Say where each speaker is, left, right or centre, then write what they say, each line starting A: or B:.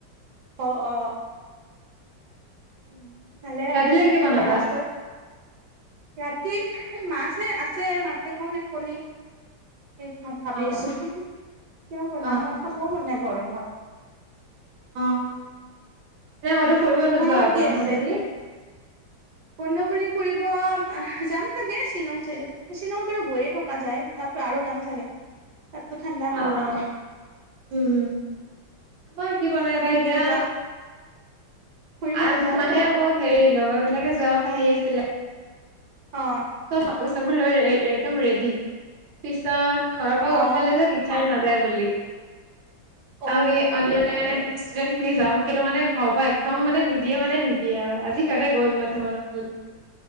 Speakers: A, on the right (about 65°); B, on the right (about 80°).
A: অ অ
B: উম
A: ভালে আৰু
B: ৰাতিলে কি বনাবা
A: ভাল আছে ৰাতি মাছেে আছে মাছে খওঁ ন কণী সেই খাম ভাবি
B: অ
A: আছো এতিয়া বন
B: অ অ
A: না খাবও মানে গৰমত
B: অ এনে ক'তো ফুৰিব
A: তোমালোকৰ
B: নোযোৱা
A: কি
B: বন্ধ
A: আছে
B: বুলি?
A: পণ্ড বুলি ফুৰিব যাম চাগে শ্বিলং চাইডত শ্বিলঙত বাৰু গৈয়ে থকা যায় তাৰ পৰা আৰু যাম চাগে। তাৰপ ঠাণ্ডা
B: অ',
A: ভাল
B: অ'।
A: লাগে।
B: উম। আমাৰ কি বনাই
A: তুমি
B: বাা এতিয়া
A: নোযোৱা ফুৰিব
B: আ
A: নোযোৱা
B: মানে মোক হেৰি লগৰ বিলাকে যোৱা কথা হেৰি আছিলে।
A: অ
B: চব কাপোৰ চাপোৰ লৈ একদম ৰেডি পিছত ঘৰৰ পৰা গম
A: অ
B: পালে যে টিচাৰ নাযায় বুলি
A: অ
B: আমি অনল ষ্টুডেণ্ট খিনি যাওঁ সেইটো কাৰণে ঘৰৰ পৰা একদম মানে নিদিয়ে মানে নিদিয়ে আৰু আজি সিহঁতে গ'ল মই যাব নাপালো।